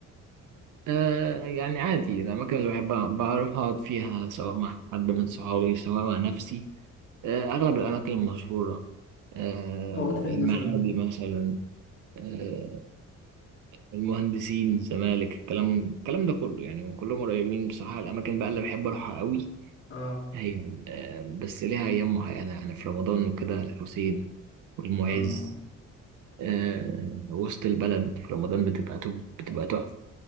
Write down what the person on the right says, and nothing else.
آه، يعني عادي الأماكن اللي بحب بروح أقعد فيها سواء مع حد من صحابي سواء مع نفسي آه، أغلب الأماكن المشهورة آه،
المعادي
مثلا آه، المهندسين الزمالك الكلام الكلام ده كله يعني وكلهم قريبين بصراحة الأماكن بقى اللي بحب أروحها قوي
هي آه، بس ليها أيام معينة يعني في رمضان وكده الحسين والمعز
آه، وسط البلد في رمضان بتبقى تب بتبقى تحفة